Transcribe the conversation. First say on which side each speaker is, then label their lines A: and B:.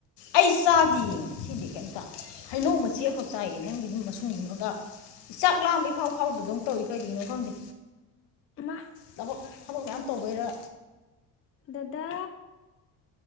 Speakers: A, on the left; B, on the left.
A: ꯑꯩ ꯆꯥꯗꯤꯌꯦ ꯉꯁꯤꯗꯤ ꯀꯩꯝꯇ ꯍꯩꯅꯧ ꯃꯆꯦꯠ
B: ꯑꯩ
A: ꯑꯃꯈꯛ ꯆꯥꯏꯌꯦ ꯅꯪꯒꯤ ꯃꯁꯨꯡꯗꯨꯃꯒ ꯆꯥꯛ ꯂꯥꯝꯃꯤ ꯏꯐꯥꯎ ꯐꯥꯎꯗꯗꯧ ꯇꯧꯏ ꯀꯩꯒꯤꯅꯣ ꯈꯪꯗꯦ
B: ꯃꯥ
A: ꯊꯕꯛ ꯊꯕꯛ ꯃꯌꯥꯝ ꯇꯧꯕꯩꯔ
B: ꯗꯗꯥ